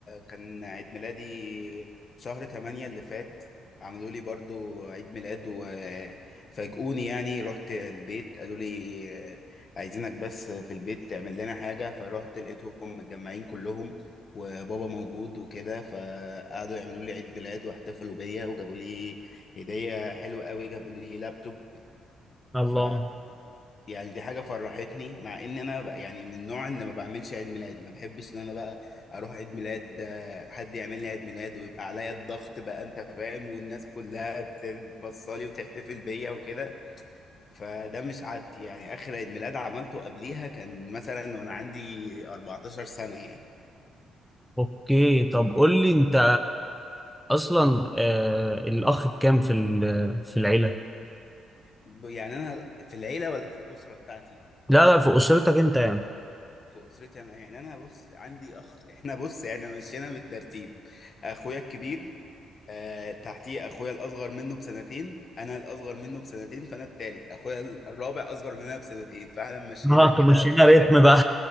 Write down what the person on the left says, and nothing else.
كان عيد ميلادي شهر تمانية اللي فات عملوا لي برضو عيد ميلاد وفاجئوني يعني رحت البيت قالوا لي عايزينك بس في البيت تعمل لنا حاجة فرحت لقيتهم متجمعين كلهم وبابا موجود وكده فقعدوا يعملوا لي عيد ميلاد واحتفلوا بيا وجابوا لي هدية حلوة قوي جابوا لي لابتوب
ف يعني دي حاجة فرحتني مع ان انا بقى يعني من النوع ان ما بعملش عيد ميلاد ما بحبش ان انا بقى اروح عيد ميلاد آه، حد يعمل لي عيد ميلاد ويبقى عليا الضغط بقى انت فاهم والناس كلها بتبصلي وتحتفل بيا وكده فده مش عادتي يعني اخر عيد ميلاد عملته قبليها كان مثلا وانا عندي 14 سنة يعني
ب- يعني انا في العيلة ولا في الأسرة بتاعتي
في أسرتي انا يعني انا بص عندي اخ احنا بص احنا مشينا بالترتيب اخويا الكبير آه تحتيه اخويا الاصغر منه بسنتين انا الاصغر منه بسنتين فانا التالت اخويا الرابع اصغر مننا بسنتين فاحنا مشينا
كده
ب...